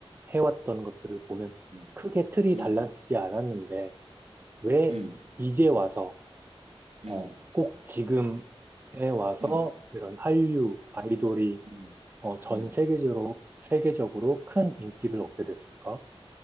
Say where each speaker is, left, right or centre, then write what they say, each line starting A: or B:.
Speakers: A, on the right; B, on the right.
A: 해왔던 것들을 보면
B: 음.
A: 크게 틀이
B: 음.
A: 달라지지 않았는데, 왜
B: 음.
A: 이제 와서,
B: 음.
A: 어, 꼭 지금에 와서
B: 음.
A: 이런 한류 아이돌이,
B: 음.
A: 어, 전
B: 음.
A: 세계적으로, 세계적으로 큰 인기를 얻게 됐을까?